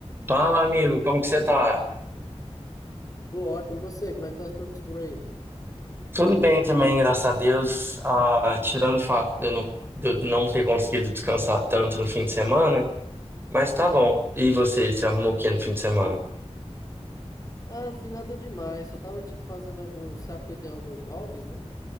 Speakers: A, on the right (about 20°); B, on the left (about 30°).
A: Fala, amigo, como que você tá?
B: Tô ótimo, e você? Como é que tá os frutos por aí?
A: Tudo bem também, graças a Deus. Ah, tirando o fato de eu não, de eu não ter conseguido descansar tanto no fim de semana, mas tá
B: Uhum.
A: bom. E você, você arrumou o que no fim de semana?
B: Ah, não fiz nada demais. Só tava, tipo, fazendo alguns... Sabe que eu tenho alguns hobbies, né?